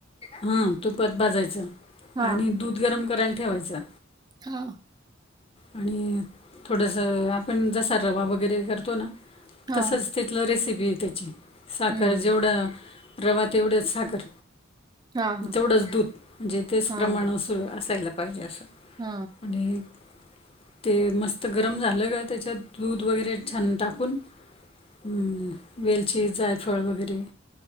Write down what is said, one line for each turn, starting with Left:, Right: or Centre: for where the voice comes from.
Left: ह तुपात भाजायचं
Right: हा
Left: आणि दूध गरम करायला ठेवायचा.
Right: हो.
Left: आणि थोडंसं आपण जसा रवा वगैरे करतो ना
Right: हा
Left: तसंच
Right: हा
Left: तिथलं रेसिपी ये त्याची, साखर
Right: हम्म
Left: जेवढं रवा तेवढच साखर,
Right: हा हा
Left: तेवढंच दूध, म्हणजे तेच
Right: हा
Left: प्रमाण असायला पाहिजे असं,
Right: हा
Left: आणि ते मस्त गरम झालं का त्याच्यात दूध वगैरे छान टाकून हम्म वेलची, जायफळ वगैरे